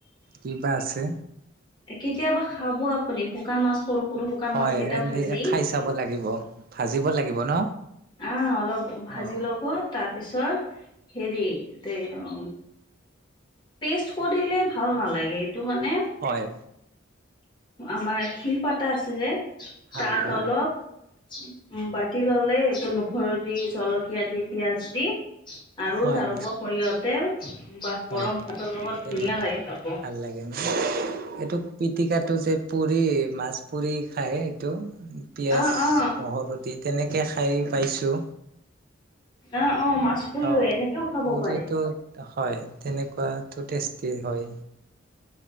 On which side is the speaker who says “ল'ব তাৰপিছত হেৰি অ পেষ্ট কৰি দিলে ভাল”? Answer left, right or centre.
Left